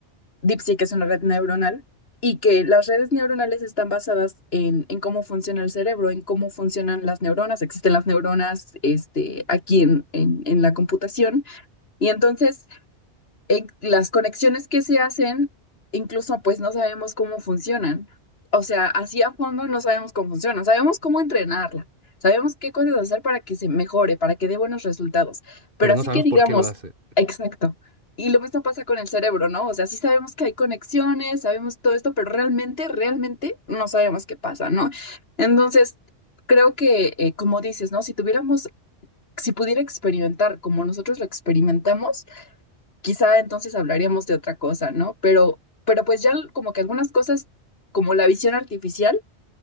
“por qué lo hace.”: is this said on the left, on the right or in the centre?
Right